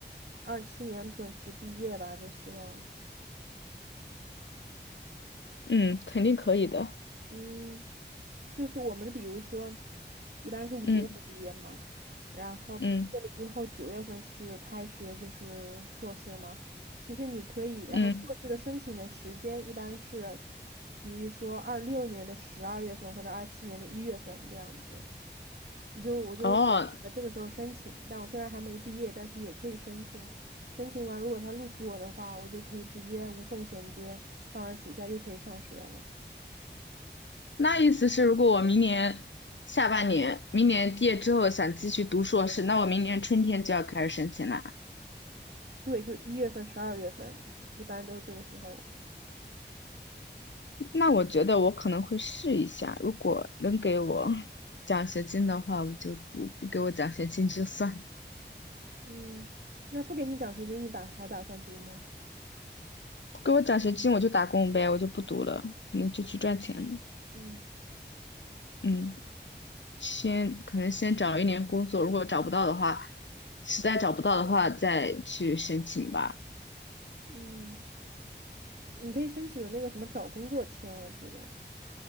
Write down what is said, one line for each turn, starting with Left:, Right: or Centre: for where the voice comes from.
Right: 二七年准时毕业吧，就希望
Left: 嗯，肯定可以的。
Right: 嗯。就是我们比如说，一般是五月份毕业嘛，
Left: 嗯
Right: 然后毕业了之后九月份是开学，
Left: 嗯
Right: 就是硕士嘛。其实你可以，然后硕士的申请的时间一般是，
Left: 嗯，
Right: 比如说二六年的十二月份或者二七年的一月份这样子，你就我就呃这个时候申请，
Left: 哦，
Right: 但我虽然还没毕业，但是也可以申请。申请完，如果他录取我的话，我就可以直接无缝衔接，放完暑假又可以上学了。
Left: 那意思是如果我明年下半年，明年毕业之后想继续读硕士，那我明年春天就要开始申请了。
Right: 对，就一月份、十二月份，一般都是这个时候。
Left: 那我觉得我可能会试一下，如果能给我 <laughs> 奖学金的话，我就读；不给我奖学金就算，
Right: 嗯那不给你奖学金，你打还打算读吗？
Left: 不给我奖学金我就打工呗，我就不读了，可能就去赚钱了。
Right: 嗯
Left: 嗯，先可能先找一年工作，如果找不到的话，实在找不到的话再去申请吧。
Right: 嗯，你可以申请有那个什么找工作签，我记得。